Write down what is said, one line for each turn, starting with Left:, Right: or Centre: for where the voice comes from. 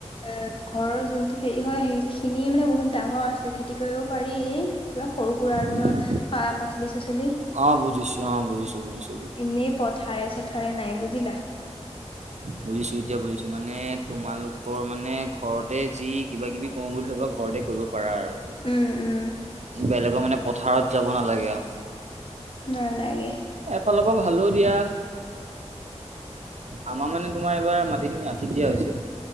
Left: এ ঘৰৰ যোনটো হেৰি হয় সেই খিনিয়ে মানে বহুত ডাঙৰ আছে খেতি কৰিব পাৰি। কিবা সৰু সুৰা আৰু
Right: উম
Left: ধৰ খোৱা পাচলি চাচলি।
Right: অ বুজিছোঁ, অ বুজিছোঁ বুজিছোঁ।
Left: এনেই পথাৰে চথাৰে নাই বুজিলা?
Right: বুজিছো এতিয়া বুজিছো মানে তোমালোকৰ মানে ঘৰতে যি কিবা কিবি - কৰো বুলি ভাবা ঘৰতে কৰিব পাৰা আৰু।
Left: উম উম।
Right: বেলেগৰ মানে পথাৰত যাব নালাগে আও।
Left: নেলাগে।
Right: এফালৰ পা ভালো দিয়া। আমাৰ মানে তোমাৰ এইবাৰ মাটিখিনি আন্ধিত দিয়া হৈছে